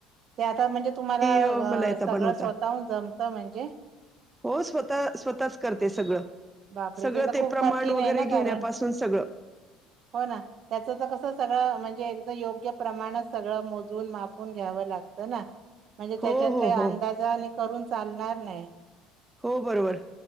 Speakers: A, on the right; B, on the right.
A: ते आता म्हणजे तुम्हाला
B: अ, मला येतं
A: सगळं
B: बनवता.
A: स्वतःहून जमत म्हणजे
B: हो स्वतः स्वतःच करते सगळं
A: बापरे
B: सगळं
A: तर
B: ते
A: खूप
B: प्रमाण
A: कठीण
B: वगैरे
A: आहे ना
B: घेण्यापासून
A: कारण
B: सगळं.
A: हो ना त्याच तर कसं सगळं म्हणजे एक योग्य प्रमाणात सगळं मोजून मापून घ्यावं लागतं ना म्हणजे
B: हो,
A: त्याच्यात
B: हो,
A: काही अंदाज
B: हो.
A: आणि करून चालणार नाही.
B: हो, बरोबर,